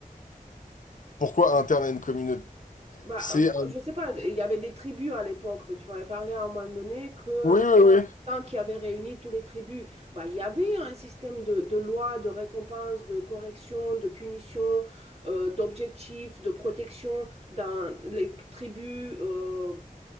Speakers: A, on the left; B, on the right.
A: Pourquoi interne à une communauté?
B: Bah,
A: C'est
B: euh,
A: un-
B: je sais pas, il y avait des tribus à l'époque. Tu m'avais parlé à un moment donné que
A: Oui, oui, oui.
B: quand qui avait réuni tous les tribus, bah, il y avait un système de, de loi, de récompense, de correction, de punition, euh, d'objectifs, de protection dans les tribus. euh,